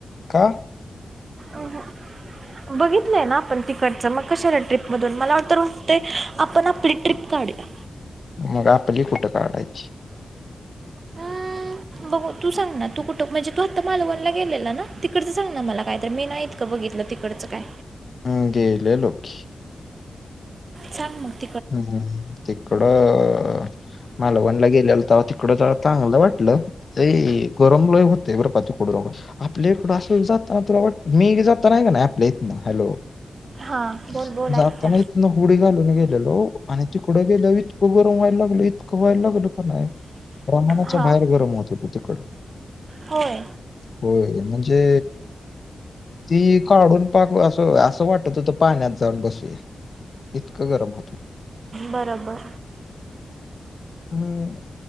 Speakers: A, on the left; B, on the right.
A: का?
B: अ बगीतलंय ना आपण तिकडचं मग कशाला ट्रीप मधून? मला वाटतं ते आपण आपली ट्रिप काडूया.
A: मग आपली कुठं काढायची -
B: ह बगू. तू सांग ना तू कुटं मंजे तू आत्ता मालवणला गेलेला ना! तिकडच सांग ना मला काय तर मी नाहीत का बघितलं तिकडचं काय.
A: ह गेलेलो की.
B: झाक -
A: हम् हम. तिकडं - अ मालवणला गेलेल तवा तिकडं जा चांगलं वाटलं. ते गरम लय होतेय बरपा तिकडकड आपल्या इकडं आसं जाताना तुला वाट मी जाता नाही का नाही आपल्या इथन. हॅलो -
B: हां बोल बोल ऐकत्या
A: जाताना इतनं होडी घाल. <unintelligible> <unintelligible> आणि तिकड गेल्यावर इतकं गरम व्हायला लागल इतकं व्हायला लागल ना प्रमाणाच्या
B: हां
A: बाहेर गरम होत तिकड
B: होय.
A: होय म्हणजे ती काढून पाक असं वाटत होत पाण्यात जाऊन बसूया इतकं गरम होत,
B: बरोबर
A: हम्